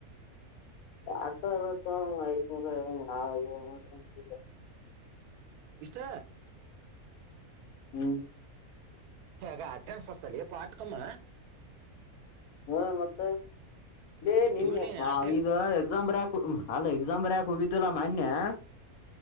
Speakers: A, on the left (about 70°); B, on the right (about 85°).
A: ಯಾಡ ಸಾವರಕ ಐದ್ನೂರ <unintelligible> ಭಿತತಿ.
B: ಇಷ್ಟ
A: ಹ್ಮ್
B: ಹಗಾ ಅಟ್ಟೆನ ಸಸ್ತಾ ಲೇಪ ಅಟ್ಟ ಕಮ್ಮ.
A: ಹ್ಮ ಮತ್ತೆ ಲೇ ನಿನ್ನ
B: ತುಳಿ ಅಟೆ
A: ಈಗ ಎಕ್ಸಾಮ್ ಬರ್ಯಾಕ ಅಲ್ಲ ಎಕ್ಸಾಮ್ ಬರ್ಯಾಕ ಹೋಗಿದ್ದಿಲ ಮನ್ಯ <inaudible>